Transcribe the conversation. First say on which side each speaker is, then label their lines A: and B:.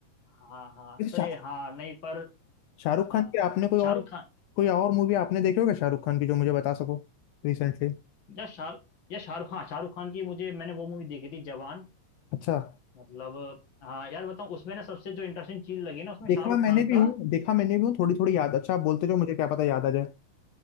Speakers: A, on the left; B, on the left.
A: हाँ हाँ
B: वैसे
A: तो
B: शा-
A: ये हाँ नहीं पर
B: शाहरुख
A: हाँ
B: खान की आपने कोई और
A: शाहरुख खान
B: कोई और मूवी आपने देखी होगा शाहरुख खान की जो मुझे बता सको रिसेंटली
A: या शाह या शाहरुख हाँ शाहरुख खान की मुझे मैंने वो मूवी देखी थी जवान
B: अच्छा
A: मतलब हाँ यार बताऊँ उसमें ना सबसे जो इंटरेस्टिंग चीज लगी ना उसमें
B: देखा
A: शाहरुख
B: मैंने
A: खान
B: भी
A: का
B: हूँ देखा मैंने भी हूँ थोड़ी थोड़ी याद अच्छा आप बोलते जो मुझे क्या पता याद आ जाए